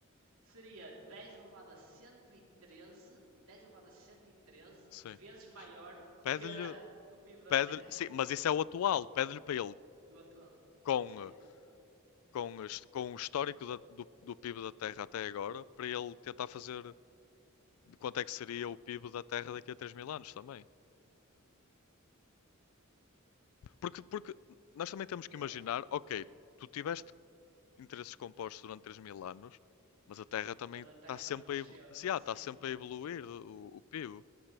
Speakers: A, on the right; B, on the left.
A: seria 10 elevado a cento e treze 10 elevado a 113
B: Sim.
A: vezes maior
B: Pede-lhe.
A: que, que o PIB da
B: Pede
A: Terra
B: sim, mas isso é o atual. Pede-lhe para ele,
A: <laughs> do atual.
B: com,
A: Sim.
B: eh, com, as- com o histórico da- do, do PIB da Terra até agora, para ele tentar fazer de quanto é que seria o PIB da Terra daqui a 3 mil anos também. Porque, porque nós também temos
A: yeah.
B: que imaginar, ok, tu tiveste interesses compostos durante 3 mil anos, mas a Terra também
A: Mas a Terra
B: está sempre
A: também cresceu,
B: a, evolu- se
A: sim.
B: há, está sempre a evoluir o, o PIB.